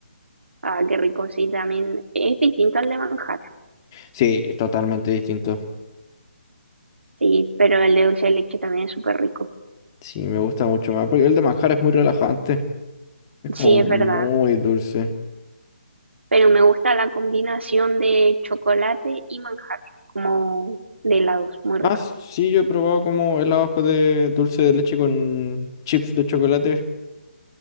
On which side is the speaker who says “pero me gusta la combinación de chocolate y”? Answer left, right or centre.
Right